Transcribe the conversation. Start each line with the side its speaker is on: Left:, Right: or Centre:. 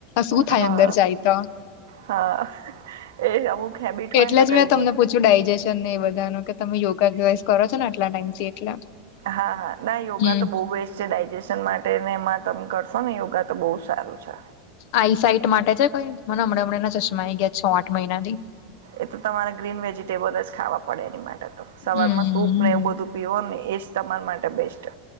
Left: શું થાય
Right: હા
Left: અંદર જાયતા
Right: હા એ અમુક હેબિટ હોય
Left: એટલે
Right: ને તો
Left: જ
Right: કઈ
Left: મેં તમને
Right: નઈ થાય
Left: પૂછ્યું ડાયજેશન ને એ બધા ન કે તમે યોગા એક્સ કરો ને આટલા ટાઈમથી એટલે
Right: હા હા ના યોગા
Left: હમ
Right: તો બહુ બેસ્ટ ડાયજેશન માટે ને એમાં તમે કરશો ને યોગા તો બહુ સારું છે
Left: આઈ સાઇટ માટે છે કઈ મને હમણાં હમણાં ના ચશ્મા ગયા છ આઠ મહિના થી
Right: એ તો તમારે ગ્રીન વેજીિટેબલ જ ખાવા પડે એની માટે તો સવારમાં
Left: હમ
Right: સૂપ ને એવું બધું પીવો ને એ જ તમારા માટે બેસ્ટ